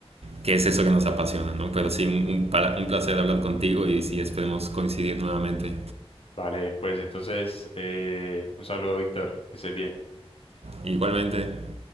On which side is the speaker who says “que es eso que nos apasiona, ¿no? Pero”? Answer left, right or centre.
Right